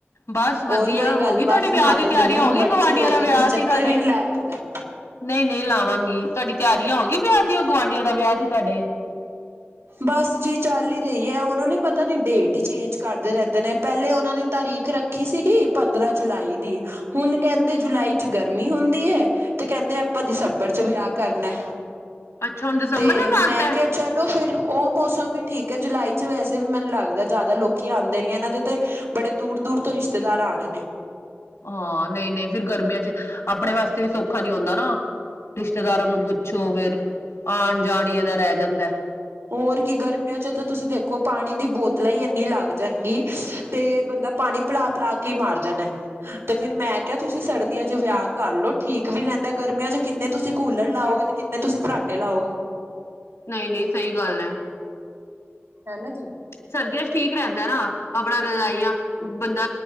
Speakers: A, on the left; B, on the right.
A: ਬਸ ਵਧੀਆ,
B: ਹੋਰ ਕੋਈ ਗੱਲਬਾਤ
A: ਹੋ ਗਈ ਤੁਹਾਡੀ
B: ਸੁਣਾ
A: ਵਿਆਹ ਦੀ
B: ਦੋ ਮੈਨੂੰ
A: ਤਿਆਰੀ ਹੋ ਗਈ
B: ਬੜੇ
A: ਗੁਆਂਢੀਆਂ
B: ਚਿਰ ਹੋ
A: ਦਾ
B: ਗਏ
A: ਵਿਆਹ
B: ਤੁਸੀਂ ਚੱਕਰ
A: ਸੀ ਤੁਹਾਡੇ।
B: ਵੀ ਨੀ ਲਾਇਆ ਇੱਧਰ
A: ਨਹੀਂ-ਨਹੀਂ ਲਾਵਾਂਗੀ, ਤੁਹਾਡੀ ਤਿਆਰੀਆਂ ਹੋ ਗਈ ਵਿਆਹ ਦੀ ਉਹ ਗੁਆਂਢੀਆਂ ਦਾ ਵਿਆਹ ਸੀ ਤੁਹਾਡੇ।
B: ਬਸ ਜੀ ਚੱਲ ਹੀ ਰਹੀ ਹੈ, ਉਹਨਾਂ ਨੇ ਪਤਾ ਨੀ ਡੇਟ ਹੀ ਚੇਂਜ ਕਰਦੇ ਰਹਿੰਦੇ ਨੇ ਪਹਿਲੇ ਉਹਨਾਂ ਨੇ ਤਾਰੀਖ ਰੱਖ ਰਖੀ ਸੀਗੀ ਪੰਦਰਾਂ ਜੁਲਾਈ ਦੀ, ਹੁਣ ਕਹਿੰਦੇ ਜੁਲਾਈ ਚ ਗਰਮੀ ਹੁੰਦੀ ਹੈ। ਤੇ ਕਹਿੰਦੇ ਆਪਾਂ ਦਸੰਬਰ ਚ ਵਿਆਹ ਕਰਨਾ।
A: ਅੱਛਾ ਹੁਣ ਦਸੰਬਰ
B: ਤੇ
A: ਦਾ ਕਰਤਾ
B: ਮੈਂ ਕਿਹਾ ਚਲੋ ਫਿਰ ਉਹ ਮੌਸਮ ਵੀ ਠੀਕ ਹੈ, ਜੁਲਾਈ 'ਚ ਵੈਸੇ ਵੀ ਮੈਨੂੰ ਲੱਗਦਾ ਜ਼ਿਆਦਾ ਲੋਕ ਆਉਂਦੇ ਨੇ ਇਹਨਾਂ ਦੇ ਤਾਂ ਬੜੇ ਦੂਰ-ਦੂਰ ਤੋਂ ਰਿਸ਼ਤੇਦਾਰ ਆਣੇ ਨੇ।
A: ਹਾਂ ਨਹੀਂ-ਨਹੀਂ ਫਿਰ ਗਰਮੀਆਂ ਚ ਆਪਣੇ ਵਾਸਤੇ ਵੀ ਸੌਖਾ ਨਹੀਂ ਹੁੰਦਾ ਨਾ ਰਿਸ਼ਤੇਦਾਰਾਂ ਨੂੰ ਪੁੱਛੋ ਫਿਰ ਆਉਣ ਜਾਣ ਇਹਨਾ ਰਹਿ ਜਾਂਦਾ ਹੈ।
B: ਹੋਰ ਕੀ ਗਰਮੀਆਂ ਚ ਤਾਂ ਤੁਸੀਂ ਦੇਖੋ ਪਾਣੀ ਦੀ ਬੋਤਲਾਂ ਹੀ ਇੰਨੀ ਲੱਗ ਜਾਣਗੀ, ਤੇ ਬੰਦਾ ਪਾਣੀ। ਪਿਲਾ ਪਿਲਾ ਕੇ ਮਾਰ ਜਾਣਾ। ਤੇ ਫਿਰ ਮੈਂ ਕਿਹਾ ਤੁਸੀਂ ਸਰਦੀਆਂ ਚ ਵਿਆਹ ਕਰ ਲੋ ਠੀਕ ਵੀ ਰਹਿੰਦਾ, ਗਰਮੀਆਂ ਚ ਕਿੰਨੇ ਤੁਸੀਂ ਕੂਲਰ ਲਾਓਗੇ। ਕਿੰਨੇ ਤੁਸੀਂ ਫਰਾਟੇ ਲਾਓਗੇ।
A: ਨਹੀਂ ਨਹੀਂ ਸਹੀ ਗੱਲ ਹੈ।
B: ਹੈ ਨਾ ਜੀ।
A: ਸਰਦੀਆਂ ਚ ਠੀਕ ਰਹਿੰਦਾ ਨਾ, ਆਪਣਾ ਰਜਾਈਆਂ ਬੰਦਾ